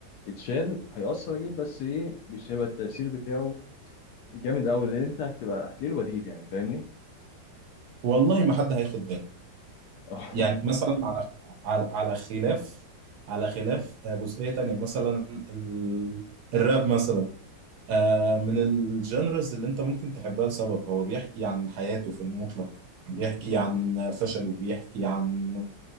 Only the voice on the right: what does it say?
والله ما حد هياخد باله
يعني مثلا على على على خلاف على خلاف آه، جزئية تانية مثلا ال... الراب مثلا آه، من الجانرز اللي انت ممكن تحبها لسبب هو بيحكي عن حياته في المطلق بيحكي عن فشله بيحكي عن